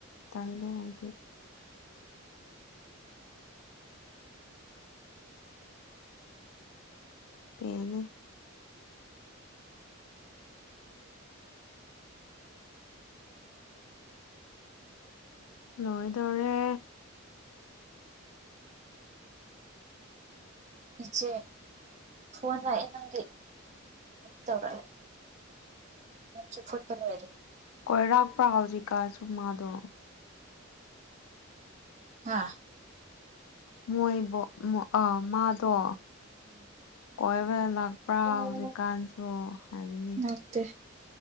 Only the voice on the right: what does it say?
ꯏꯆꯦ ꯐꯣꯟ ꯂꯥꯛꯑꯦ ꯅꯪꯒꯤ ꯇꯧꯔꯛꯑꯦ ꯆ ꯐꯠꯄ ꯑꯣꯏꯔꯦ
ꯑꯥ
ꯎꯝ
ꯅꯛꯇꯦ